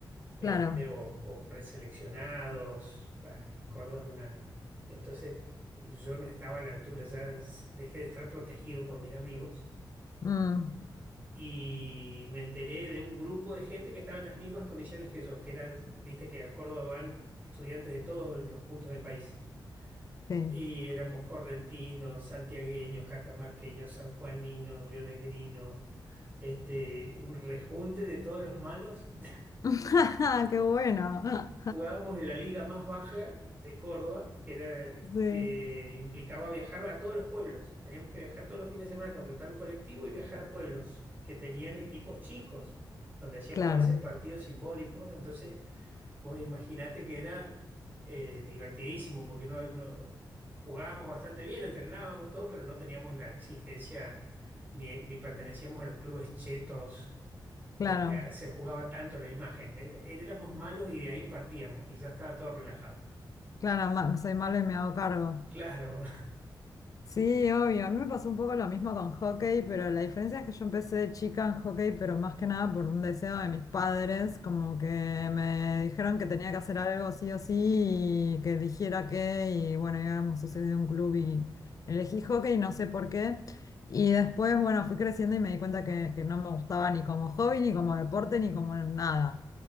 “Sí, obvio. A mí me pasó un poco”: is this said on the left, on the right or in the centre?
Left